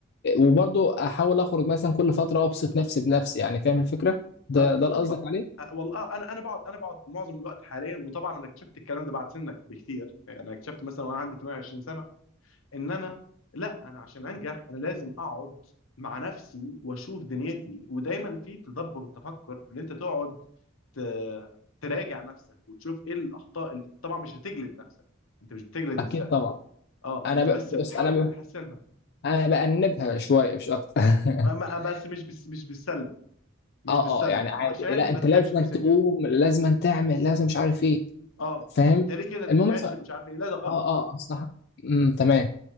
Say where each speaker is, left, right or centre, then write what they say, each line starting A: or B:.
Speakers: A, on the left; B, on the left.
A: وبرضو احاول اخرج مثلا كل فتره وابسط نفسي بنفسي يعني فاهم الفكره ده
B: آه،
A: ده اللي
B: اطلع
A: قصدك عليه
B: آه، والله آه، انا انا بقعد انا بقعد معظم الوقت حاليا وطبعا انا اكتشفت الكلام ده بعد سنك بكتير يعني انا اكتشفت مثلا وانا عندي 28 سنه ان انا لا انا عشان انجح انا لازم اقعد مع نفسي واشوف دنيتي ودايما في تدبر والتفكر اللي انت تقعد ت- تراجع نفسك وتشوف ايه الاخطاء اللي طبعا مش هتجلد نفسك انت مش بتجلد
A: اكيد
B: الذات
A: طبعا
B: اه
A: انا
B: انت
A: ب...
B: بس
A: بص
B: بتحاول
A: انا ب...
B: تحسنها
A: انا بأنبها شويه مش اكتر
B: أما-
A: <laughs>
B: بس مش بس مش بالسلب مش
A: اه
B: بالسلب
A: اه يعني عادي
B: عشان
A: لا انت
B: ما تتعبش
A: لازم
B: نفسيا
A: أن تقوم لازم أن تعمل لازم مش عارف ايه
B: اه
A: فاهم
B: انت ليه كده انت
A: المهم
B: فاشل
A: صح... اه
B: ومش عارف ايه لا ده غلط
A: اه آه، صح امم تمام